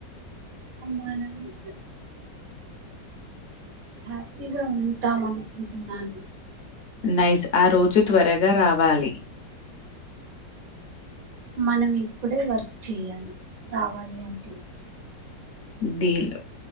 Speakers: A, on the right (about 55°); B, on the left (about 60°).
A: అమ్మా నాన్లు హ్యాపీగా ఉంటాం అనుకుంటున్నాను
B: నైస్ ఆ రోజు త్వరగా రావాలి
A: మనం ఇప్పుడే వర్క్ చేయాలి రావాలి అంటే
B: దీలో